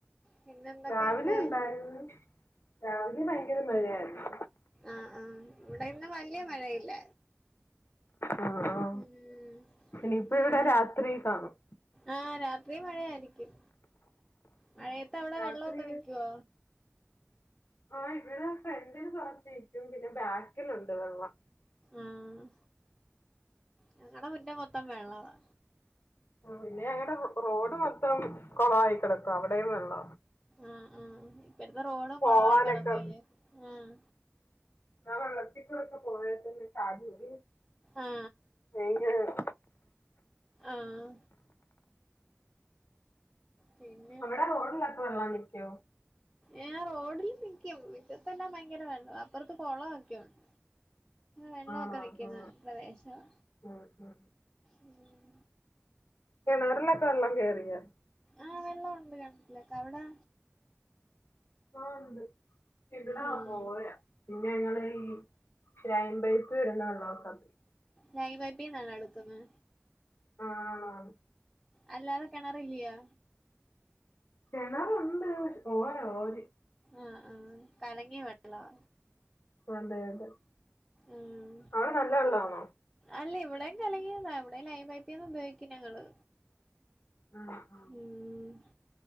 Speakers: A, in the centre; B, on the left (about 55°).
A: പിന്നെ എന്തൊക്കെണ്ട്?
B: രാവിലെ ഉണ്ടായിരുന്നു രാവിലെ ഭയങ്കെരെ മഴായിരുന്നു.
A: ആഹ്, ആഹ് ഇവടെ ഇന്ന് വല്ല്യാ മഴയില്ല
B: ആ ആ
A: ഉം
B: ഇനിയിപ്പ
A: പിന്നെ
B: ഇവിടെ രാത്രി കാണും
A: ആഹ് രാത്രി മഴയായിരിക്കും മഴയത്ത് അവിടെ
B: രാത്രി
A: വെള്ളവൊക്കെ ന്നിക്യോ
B: ആഹ് ഇവിടെ ഫ്രണ്ടില് കൊർച്ചിരിക്കും പിന്നെ ബാക്കിലുണ്ട് വെള്ളം.
A: ആഹ് ഞങ്ങടെ മുറ്റം മൊത്തം വെള്ളവാ.
B: പിന്നെ ഞങ്ങടെ റോഡ് മൊത്തം കൊളവായി കിടക്ക. അവിടെ വെള്ള.
A: ആഹ് ആഹ് ഇപ്പടുത്തെ റോഡും
B: പോവാനൊക്കെ
A: കുളയി കിടക്കുല്ലേ ആഹ്
B: ആഹ് വെള്ളത്തിക്കൂടൊക്കെ പോയ പിന്നെ <unintelligible>
A: ആ
B: ഏ ഏഹ്
A: ആഹ് പിന്നെ
B: അവിടെ റോഡിലൊക്കെ വെള്ളം നിക്കോ
A: ഏ റോഡില് നിക്കും. മിറ്റത്തെ എല്ലാം ഭയങ്കര വേള്ള അപ്പറത്ത് കൊളക്കെയുണ്ട്. വെള്ളക്കെ
B: ആണോ ആ
A: നിക്ക്ന്ന്
B: ആ
A: പ്രദേശവാ
B: ഉം ഉം
A: ഉം.
B: കെണറിലക്കെവെള്ള കെറിയ
A: ആഹ് വെള്ളം ഉണ്ട് കെൺറ്റിലകെ അവടെ
B: ആഹ് ണ്ട് <unintelligible>
A: ഉം
B: പോയാ പിന്നെ ഞങ്ങള് ഈ കെയംമ്പയത്ത് <unintelligible>
A: ലൈ പൈപ്പിന്നാണോ ട്ക്ക്ന്നെ
B: ആഹ്
A: അല്ലാതെ കെണറില്യോ
B: കെണറുണ്ട് ഓര ഓര്
A: ആഹ് ആഹ് കലങ്ങിയ വെള്ളവാ
B: അതെഅതെ
A: ഉം.
B: അവടനല്ല വെള്ളാണോ.
A: അല്ല ഇവിടെയും കലങ്ങിയതാ ഇവിടെയും ലൈൻ പൈപ്പന്ന ഉപയോഗിക്കും ഞങ്ങള്
B: ആഹ്
A: ഉം